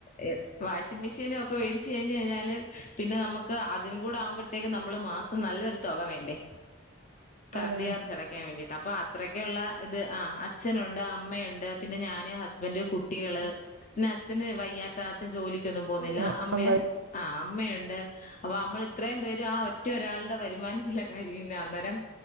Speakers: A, on the left; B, on the right.
A: എ വാഷിംഗ് മെഷീനൊ ക്കെ വേടിച്ച് കഴിഞ്ഞ് കഴിഞ്ഞാല് പിന്നെ നമുക്ക് അതിനും കൂടെ ആവുമ്പഴത്തേക്കും നമ്മള് മാസം നല്ലൊരു തുക വേണ്ടേ കറണ്ട്
B: അതെ
A: ചാർജടക്കാൻ വേണ്ടിയിട്ട് അപ്പൊ അത്രയ്ക്കുള്ള ഇത് ആ അച്ഛനുണ്ട് അമ്മയു ണ്ട് പിന്നെ ഞാന് ഹസ്ബൻഡ് കുട്ടികള് പിന്നെ അച്ഛന് വയ്യാ അച്ചൻ ജോലിക്കൊന്നും
B: അങ്ങനെ
A: പോവുന്നില്ല അമ്മേ
B: എന്തായി
A: ആ അമ്മയുണ്ട് അപ്പൊ നമ്മൾ ഇത്രയും പേര് ആ ഒറ്റ ഒരാളുടെ വരുമാനത്തിലൊക്കൊര്ക്കുന്ന അന്നേരം